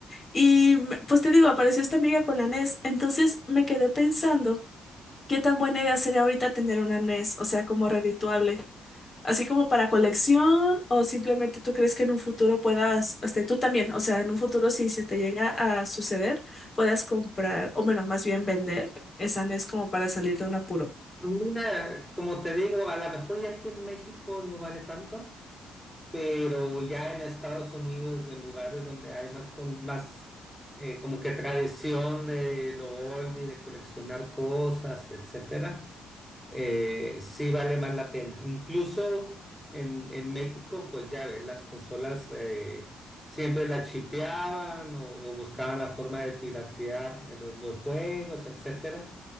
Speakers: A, on the left; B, in the centre.
A: Y pues te digo, apareció esta amiga con la NES. Entonces me quedé pensando. ¿Qué tan buena idea sería ahorita tener una NES? O sea, como redituable. Así como para colección, o simplemente tú crees que en un futuro puedas, este, tú también, o sea, en un futuro si se te llega a suceder, puedas comprar, o bueno, más bien vender esa NES como para salir de un apuro.
B: Mira, como te digo, a lo mejor ya aquí en México no vale tanto pero ya en Estados Unidos o en lugares donde hay más, con, más eh, como que tradición de lo oldie, de coleccionar cosas, etcétera, eh, sí vale más la pena. Incluso en, en México, pues ya ves, las consolas eh, siempre las chipeaban o, o buscaban la forma de piratear eh, los, los juegos, etcétera.